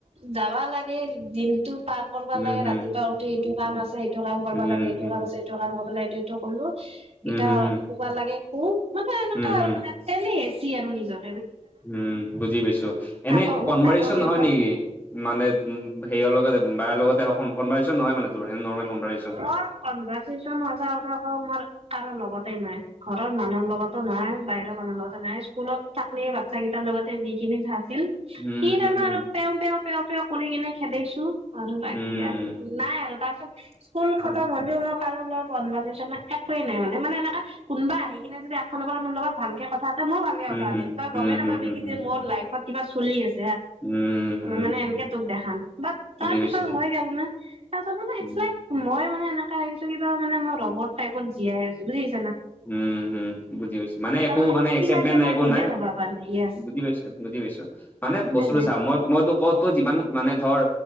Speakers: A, on the right; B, on the left.
A: যাবা লাগে দিনটো পাৰ কৰাব
B: উম
A: লাগে
B: হুম
A: ৰাতিপুৱা উঠি সিটো কাম আছে সেইটো কাম কৰাব
B: উম
A: লাগে
B: হুম
A: সেইটো কাম আছে এইটো কাম কৰাব লাগে এইটো সটো কৰলো
B: উম
A: এতিয়া
B: হুম হুম উম হুম হুম
A: শুুৱা লাগে শু মানে এনেকা
B: উম
A: আৰু
B: হুম
A: মানে তেলি হেচি আৰু নিজৰ
B: উম বুজি পাইছোঁ,
A: থাক
B: এনে
A: উ
B: কনভাৰচন
A: থাক সেই
B: নহয়
A: কৰ
B: নেকি মানে উম সেয়ৰ লগত বাৰ লগতে হক কনভাৰচন নহয় মানে তোৰ নৰ্মেল কনভাৰেচন
A: মোৰ কনভাৰচনচেন সঁচা কথা ক মোৰ কাৰো লগতে নাই ঘৰৰ মানুহৰ লগতো নহয় বাহিৰৰ মানুহৰ লগতে নাই স্কুলত থাকিলি এই বাচ্ছা কেইটা লগত লগতে যিখিনি ভাছিল সেইখিনি
B: উম
A: টাইমতে
B: হুম হুম
A: আৰু পেও পেও পেও পেও কৰি কিনে খেদেউছো আৰু বাকি
B: হুম
A: আৰু নাই আৰু তাৰপিছত স্কুল খতম
B: উম
A: হ'লেও মই কাৰো লগত কনভাৰচেন নাই মানে মানে এনেককা কোনোবা আহি কিনে যদি‌একফালৰ পৰা মোৰ লগত ভালকে কথা ত মই ভালকে কথা
B: উম,
A: পাতিম
B: হুম,
A: তই
B: হুম,
A: গমে নাপাবি
B: হুম, হুম,
A: কি
B: হুম,
A: যে মোৰ লাইফত কিবা চলি আছে
B: উম,
A: মানে এনেকে তোক দেখাম বাট তাৰ
B: বুজি
A: পিছত
B: পাইছো।
A: হৈ গল না তাৰ পাছত মে ইটচ
B: উম,
A: লাইক মই মানে এনেককা আহিছো কিবা মান মই ৰবট টাইপত জীয়াই আছো বুজিছ
B: উম হম বুজি পাইছো মানে একো
A: আৰু মোক
B: মানে
A: কি
B: এক্সাইটমেণ্ট
A: লাগে
B: নাই
A: মই
B: একো
A: নিজে
B: নাই
A: ধৰবা পৰা নাই য়েছ
B: বুজি পাইছোঁ, বুজি পাইছোঁ মানে
A: হয়
B: বস্তুতটো
A: নাই
B: চা মই মইতো ক'ত ত' যিমান মানে ধৰ